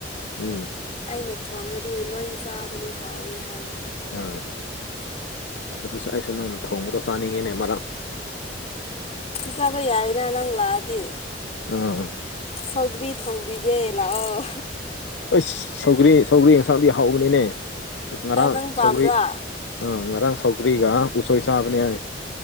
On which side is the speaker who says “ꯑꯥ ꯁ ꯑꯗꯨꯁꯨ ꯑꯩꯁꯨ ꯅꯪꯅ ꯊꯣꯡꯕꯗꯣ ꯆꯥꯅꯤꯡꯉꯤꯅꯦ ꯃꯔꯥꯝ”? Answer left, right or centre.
Left